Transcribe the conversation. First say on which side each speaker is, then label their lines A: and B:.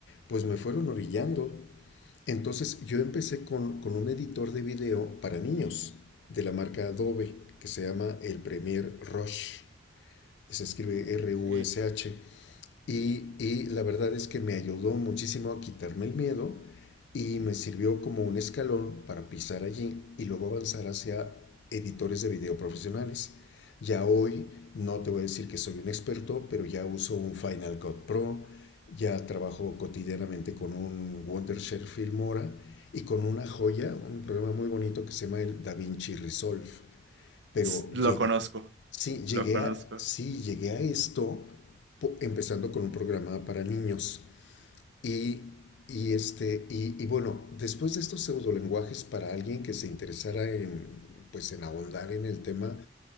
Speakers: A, on the left; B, on the right.
A: Pues me fueron orillando. Entonces yo empecé con, con un editor de video para niños de la marca Adobe que se llama el Premiere Rush. Se escribe
B: Ok.
A: R-U-S-H. Y, y la verdad es que me ayudó muchísimo a quitarme el miedo y me sirvió como un escalón para pisar allí y luego avanzar hacia editores de video profesionales. Ya hoy no te voy a decir que soy un experto, pero ya uso un Final Cut Pro, ya trabajo cotidianamente con un Wondershare Filmora y con una joya, un programa muy bonito que se llama el DaVinci Resolve. Pero
B: S- Lo
A: llegué,
B: conozco,
A: sí, llegué
B: lo conozco.
A: a, sí, llegué a esto po- empezando con un programa para niños. Y, y este, y, y bueno, después de estos pseudolenguajes, para alguien que se interesara en, pues, en ahondar en el tema,